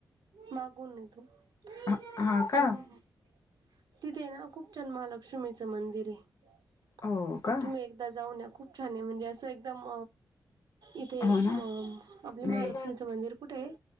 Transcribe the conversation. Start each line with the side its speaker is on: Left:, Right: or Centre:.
Right: मागून आहे तो हम
Left: हा का
Right: हम तिथे हाय ना खूप चन्मा लाग लक्ष्मीच मंदिर आहे
Left: हो का
Right: तुम्ही एक तर जाऊन या खूप छान आहे म्हणजे असं एकदम इथे
Left: हो ना
Right: म आपले महालक्ष्मीचं
Left: नाही
Right: मंदिर कुठे आहे.